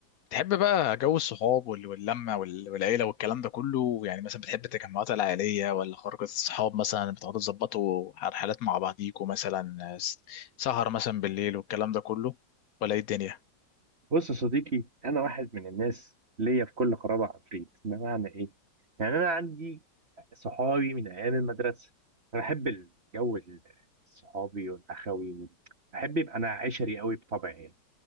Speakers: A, on the left (about 65°); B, on the right (about 35°).
A: بتحب بقى جو الصحاب وال- واللمة وال- والعيلة والكلام ده كله يعني مثلا بتحب التجمعات العائلية ولا خروجة الصحاب مثلا بتقعدوا تظبطوا على حالات مع بعضيكوا مثلا س- سهر مثلا بالليل والكلام ده كله ولا ايه الدنيا
B: بص يا صديقي انا واحد من الناس ليا في كل خرابه عفريت بمعنى ايه يعني انا عندي صحابي من ايام المدرسه انا بحب الجو الصحابي والاخوي وال- بحب يبقى انا عشري قوي بطبعي يعني